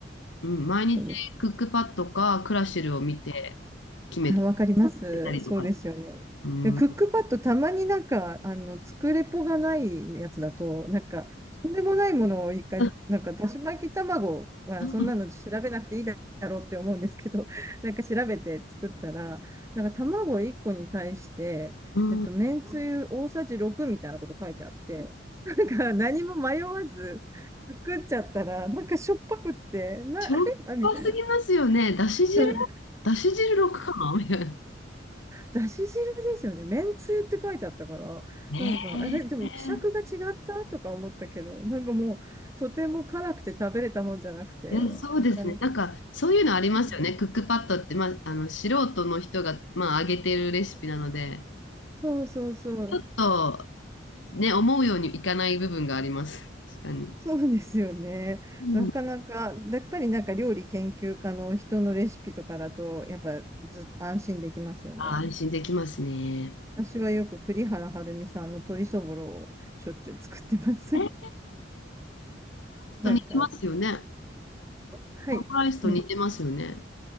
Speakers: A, on the left; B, on the right.
A: うん、毎日クックパッドかクラシルを見て決めて
B: そうです。あ、わかりそまそうす。
A: たりとか。
B: そうですよね。
A: うん。
B: で、クックパッドたまになんか、
A: あ
B: あの、作れぽがないやつだと、なんか、とんでもないものを一回、
A: ー
B: なんか、だし巻き卵はそんなの調べなくていいだろうって思うんですけど、
A: うん
B: <laughs> なんか調べて作ったら、なんか卵1個に対して、
A: うんうん。
B: えっと、めんつゆ大さじ6みたいなこと書いてあって、なんか何も迷わず作っちゃったら、なんかしょっぱくって、な、
A: しょっぱすぎますよね。
B: あれあみたいな。
A: だし汁
B: <laughs>
A: だし汁6かなみたいな。
B: だし汁ですよね。めんつゆって書いてあったから、
A: ね
B: なんか、あれ、でも、
A: え。
B: 希釈が違ったとか思ったけど、なんかもう、とても辛くて食べれたもんじゃなくて、
A: いや、そうですね。
B: あ、ちゃん、
A: なんか、そういうのありますよね。
B: うん
A: クックパッドって、まあ、あの、素人の人が、まあ、上げてるレシピなので、
B: そうそうそう、
A: ちょっと、ね、思うようにいかない部分があります。確かに。
B: そうですよね。
A: うん
B: なかなか、やっぱりなんか料理研究家の人のレシピとかだと、やっぱずっと安心できますよね。
A: あ、安心できますね。
B: 私はよく栗原はるみさんの鶏そぼろをしょっちゅう作ってます。
A: えー、
B: <laughs>
A: タコライスと似てますよね。
B: なんか、んはい。
A: タコライスと似てますよね。
B: うん。